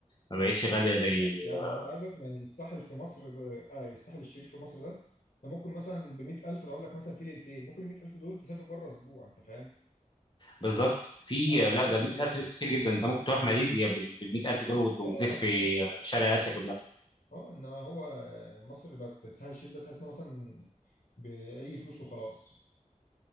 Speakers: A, on the left; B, on the left.
A: ما بقتش غاليه زي
B: ماشي يا عم هو
A: آه،
B: انت عايز اكل يعني الساحل في مصر ده- اه الساحل الشرير في مصر ده انت ممكن مثلا ب 100000 تقعد لك مثلا في ليلتين ممكن ال 100000 دول تسافر بره اسبوع انت فاهم؟
A: بالظبط في
B: ما
A: آه، لا ده
B: عادش
A: ال 100000
B: يعني
A: دول كتير جدا انت ممكن تروح ماليزيا بال 100000 دول وت- وتلف
B: اه
A: في
B: انا بقول لك
A: آه، شرق اسيا كلها
B: اه انما هو مصر بقت الساحل الشرير ده تحس انه مثلا باي فلوس وخلاص